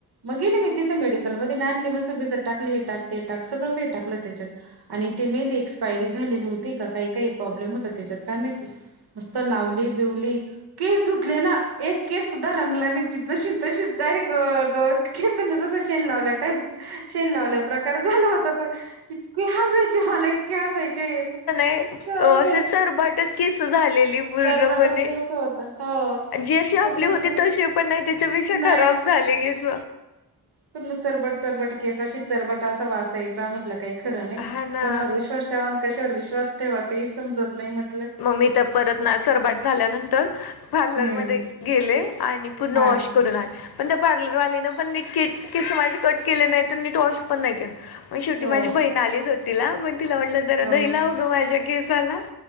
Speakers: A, on the right; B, on the left.
A: मग गेली मी तिथे मेडिकल मध्ये आणली मस्त भिजत टाकली हे टाक ते टाक सगळं काही टाकलं तेच्यात आणि तुम्ही उद्या एक्सपायरी झालेली होते काय काय प्रॉब्लेम होता तेजात काय माहिती नुसत लावली बिवली ली किस धुतले ना, एक केस सुद्धा रंगला नाइ ती जशी तशीच डायरेक्ट अं त केसांना जसं शेण लावल्या टाइप शेन लावल्या प्रकार झाला होता तर इतके हसायचे मला इतके हसायचे
B: अं
A: अवघड
B: असे चरबात केस झालेली पूर्ण
A: चरबटच
B: पणे
A: केस होत हो
B: जी अशी आपली
A: पूर्णच
B: होती तशी पण नाइ तेच्यापेक्षा
A: नाही
B: खराब झाल झाली केस.
A: पूर्ण चरबट चरबट केस चरबट असा वास यायचा म्हटलं काही खर नाही
B: हां ना.
A: कोणावर विश्वास ठेवा, कशावर विश्वास ठेवा ते समजत नाइ म्हट
B: म मी तर परत ना चरबाट झाल्यानंतर पार्लरमध्ये
A: हम्म
B: गेले आणि पूर्ण
A: हा
B: वॉश करून आले, पण त्या पार्लर वालीन पण नीट कित केस माझी कट केले नाइत नीट वॉश पण नाइ केल. म शेवटी
A: हो
B: माझी बहीण आली सुट्टीला मण तिला म्हटलं जरा
A: हो
B: दही लाव गं माझ्या केसाला